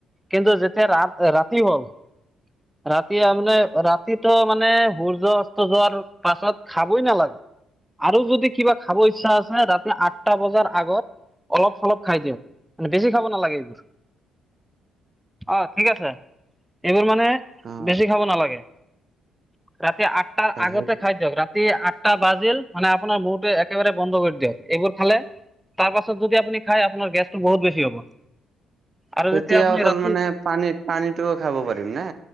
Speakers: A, in the centre; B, on the right.
A: কিন্তু যেতিয়া ৰা ৰাতি হ'ল ৰাতি তাৰমানে ৰাতিটো মানে ভুল য অস্ত যোৱাৰ পাছত খাবই নালাগে। আৰু যদি কিবা খাব ইচ্ছা আছে, ৰাতি আঠটা বজাৰ আগত অলপ - চলপ খাই দিয়ক, মানে বেছি খাব নালাগে এইবোৰ। অ ঠিক আছে এইবোৰ মানে
B: অ
A: বেছি খাব নালাগে। ৰাতি আঠটা আগতে
B: সেই
A: খাই দীয়ক ৰা তি আঠটা বাজিল মানে আপোনাৰ মূৰতে একেবাৰে বন্ধ কৰি দিয়ক এইবোৰ খালে তাৰপাছত যদি আপনি খাই আপোনাৰ গেছটো বহুত বেছি হ'ব। আৰু
B: তেতিয়া
A: যেতিয়া আপুনি
B: অকল
A: ৰাতি
B: মানে পানীত পানীটো খাব পাৰিম ন?